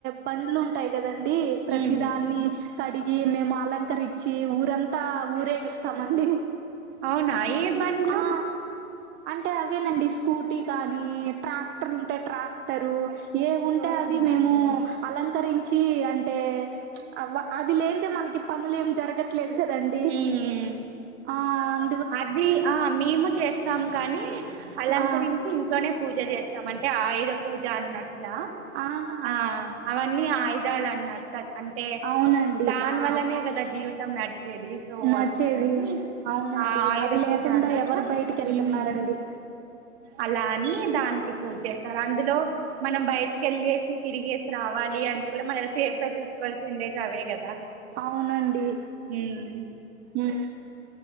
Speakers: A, on the right; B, on the right.
A: పండ్లు టాయి కదండి, ప్రతిదాన్ని
B: ఉహు
A: కడిగి మేము అలంకరిచ్చి ఊరంతా టా ఊరేగిస్తామండి.
B: అవునా ఏ బండ్లు
A: ఆ అంటే అవేనండి స్కూటీ కాని, ట్రాక్టర్ ఉంటే ట్రాక్టరు. ఏవుంటే
B: ఓహో
A: అవి మేము
B: ఓకే
A: అలంకరించి అంటే ప్చ్ అవ్వ అవి లేనిదే మనకి పనులు ఏం జరగట్లేదు కదండి,
B: ఉమ్
A: ఆ అం
B: అది ఆ మేము చేస్తాము కానీ, అలంకరించి
A: ఆ
B: ఇంట్లోనే పూజ చేస్ త మంటే ఆయుధ పూజ అన్నట్ల?
A: ఆహా
B: ఆ అవన్నీ ఆయుధాలు అన్నట్ల అంటే
A: అవునండి
B: ప్చ్ దాని
A: ఆ
B: వల్లనే కదా జీవితం నడిచేది, సో
A: నడిచేది
B: అందుకని
A: అవునండి
B: ఆ ఆయుధ
A: అవి లేకుండా
B: పూజ అన్నట్ల
A: ఎవరు బయటికి వెళ్తున్నారండి?
B: మ్మ్ అలా అని దానికి పూజ చేస్తారు అందులో మనం బయటికెళ్ళేసి, తిరిగేసి రావాలి అంటే గుడ మన సేఫ్ గా చూస్ కొల్సిందే అవే కదా,
A: అవునండి
B: ఉమ్
A: ఉమ్